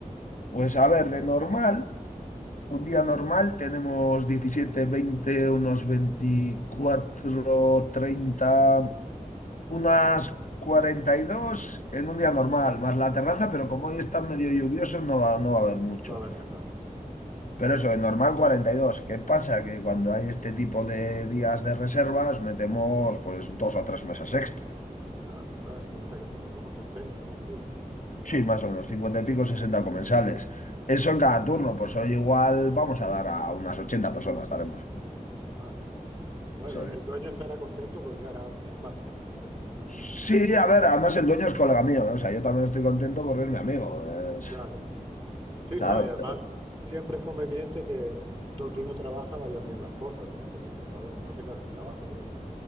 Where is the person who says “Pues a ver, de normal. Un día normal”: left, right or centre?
Left